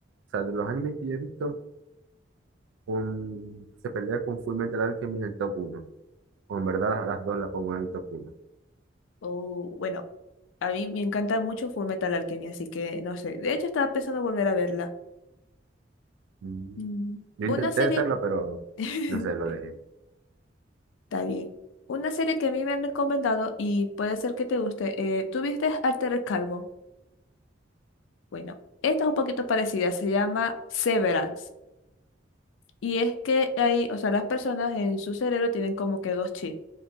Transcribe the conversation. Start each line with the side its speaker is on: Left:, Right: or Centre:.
Right: o sea, de los animes que yo he visto, un- se pelea con Fullmetal Alchemist en el top uno. o en verdad las, las dos las pongo en el top uno.
Left: Oh, bueno, a mí me encanta mucho Full Metal Alchemy, así que no sé, de hecho estaba pensando volver a verla.
Right: Mm.
Left: Mm,
Right: Yo
Left: Una
Right: intenté
Left: serie,
Right: hacerlo, pero
Left: <laughs>
Right: no sé, lo
Left: está
Right: dejé.
Left: bien, una serie que a mí me han recomendado y puede ser que te guste, eh, ¿tú viste Alter Carbon? Bueno, esta es un poquito parecida, se llama Severance. Y es que hay, o sea, las personas en su cerebro tienen como que dos chips.